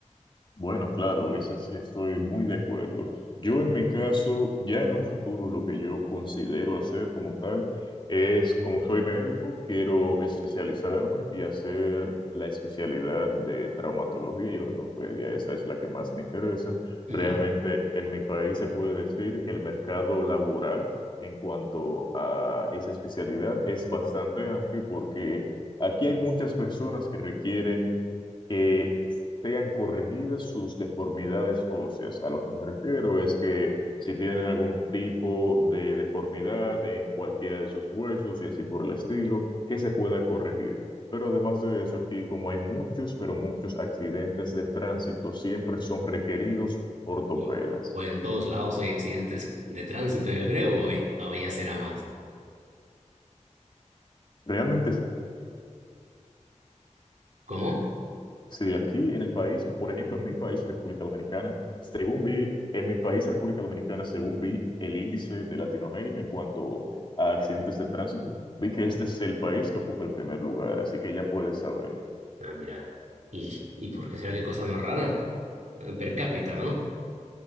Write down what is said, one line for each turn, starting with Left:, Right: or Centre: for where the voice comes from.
Left: Bueno, claro, esa sí estoy muy de acuerdo. Yo en mi caso, ya en un futuro lo que yo considero hacer como tal es, como soy médico, quiero especializarme y hacer la especialidad de traumatología y ortopedia. Esa es la que más me interesa.
Right: Ujú.
Left: Realmente en mi país se puede decir que el mercado laboral en cuanto a esa especialidad es bastante amplio porque aquí hay muchas personas que requieren que sean corregidas sus deformidades óseas. A lo que me refiero es que si tienen algún tipo de deformidad en cualquiera de sus huesos y así por el estilo, que se pueda corregir. Pero además de eso, aquí como hay muchos, pero muchos accidentes de tránsito, siempre son requeridos ortopedas.
Right: O, o en todos lados hay accidentes <laughs> de tránsito, yo creo, o, hay- o ya será más.
Left: Realmente
Right: ¿Cómo?
Left: Sí, aquí en el país, por ejemplo, en mi país, República Dominicana, según vi, en mi país, República Dominicana, según vi el índice de Latinoamérica en cuanto a accidentes de tránsito, vi que este es el país que ocupa el primer lugar, así que ya puedes saber.
Right: Ah, mira. ¿Y, y por qué será qué cosa más rara? Eh, Per cápita, ¿no?